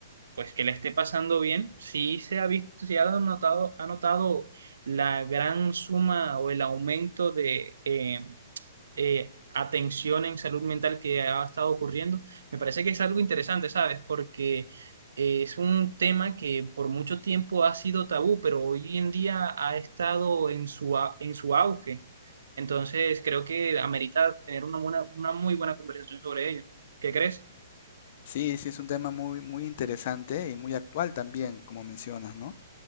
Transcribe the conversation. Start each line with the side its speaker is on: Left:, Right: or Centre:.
Right: pues que le esté pasando bien, sí se ha visto, sí ha notado, ha notado la gran suma o el aumento de eh, eh, atención en salud mental que ha estado ocurriendo. Me parece que es algo interesante, ¿sabes? Porque eh, es un tema que por mucho tiempo ha sido tabú, pero hoy en día ha estado en su, a- en su auge. Entonces, creo que amerita tener una buena, una muy buena conversación sobre ello. ¿Qué crees?
Left: Sí, sí, es un tema muy, muy interesante y muy actual también, como mencionas, ¿no?